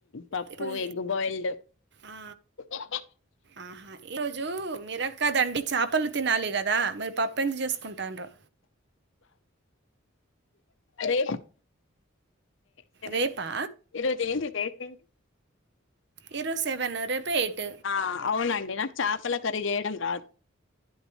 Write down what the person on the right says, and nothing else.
ఇప్పుడు
ఆ,
ఆహా ఈ రోజు మీరక్క దండి చాపలు తినాలి కదా మీరు పప్పు ఎందుకు చేసుకుంటాడరూ
రేపా
ఈరోజు సెవెన్ రేపు ఎయిట్